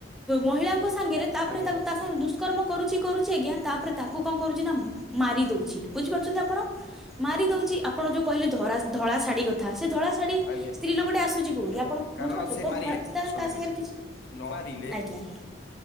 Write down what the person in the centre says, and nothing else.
ମହିଳାଙ୍କ ସାଙ୍ଗରେ ତାପରେ
ତାକୁ ତା ସାଙ୍ଗେ ଦୁଷ୍କର୍ମ କରୁଛି କରୁଛି ଆଜ୍ଞା ତାପରେ ତାକୁ କଣ କରୁଚି ନା ମାରି ଦୋଉଚି ବୁଝିପାରୁଛନ୍ତି। ଆପଣ? ମାରି ଦୋଉଚି ଆପଣ ଯୋଉ କହିଲେ ଧରା ଧଳା ଶାଢୀ କଥା ସେ ଧଳା ଶାଢୀ
ସ୍ତ୍ରୀ ଲୋକଟେ ଆସୁଚି ଉଠି
ଆପଣ
ବୁଝିପାରୁଛନ୍ତି।
ତ
ଧଳା ତା
ତା ସାଙ୍ଗରେ କିଛି
ଆଜ୍ଞା।